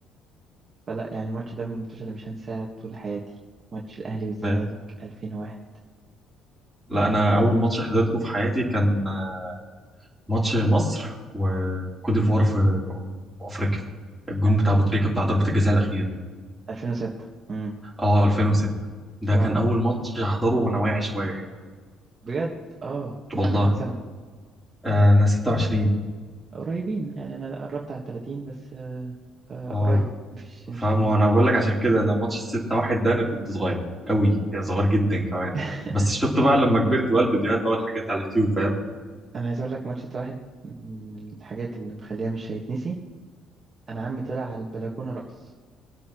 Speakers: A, on the right; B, in the centre.
A: فلا يعني الماتش ده من الماتشات اللي مش هنساها طول حياتي ماتش الاهلي والزمالك
B: ايوه
A: 2001
B: لا انا اول ماتش حضرته في حياتي كان آه، ماتش مصر وكوت ديفوار في أمم افريقيا الجون
A: أل-
B: بتاع ابو تريكة بتاع ضربة الجزاء الاخير
A: 2006 امم
B: اه 2006 ده
A: اه
B: كان اول ماتش احضره وانا واعي شوية يعني.
A: بجد اه انت
B: والله
A: عندك كام سنة
B: آه، انا 26
A: قريبين يعني انا قربت على 30 بس آه آه
B: اه
A: قريب مش مش
B: فاهم
A: كتير
B: انا بقول لك عشان كده انا ماتش الستة واحد ده انا كنت صغير قوي يعني صغير جدا كمان
A: <laughs>
B: بس شفت بقى لما كبرت بقى الفيديوهات بقى والحاجات على اليوتيوب فاهم
A: انا عايز اقول لك ماتش ده واحد من الحاجات اللي مخليها مش هيتنسي انا عمي طلع على البلكونة رقص